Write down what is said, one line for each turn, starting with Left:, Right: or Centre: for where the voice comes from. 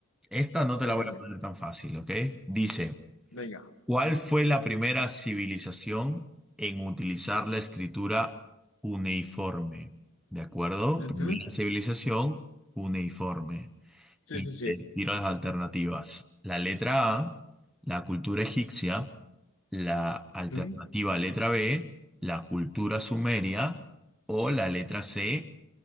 Centre: Esta no te
Left: Dale
Centre: la voy
Left: caña.
Centre: a poner tan fácil, ¿ok? Dice.
Left: Venga.
Centre: ¿Cuál fue la primera civilización en utilizar la escritura cuneiforme? ¿De acuerdo?
Left: Ujú.
Centre: Primera civilización cuneiforme.
Left: Sí,
Centre: Y
Left: sí, sí.
Centre: te tiro las alternativas. La letra A, la cultura egipcia, la alternativa
Left: Ujú.
Centre: letra B, la cultura sumeria o la letra C,